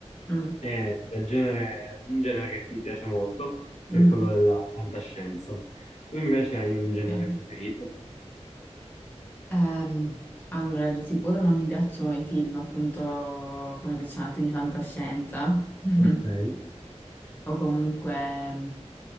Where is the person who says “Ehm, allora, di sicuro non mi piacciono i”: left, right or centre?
Left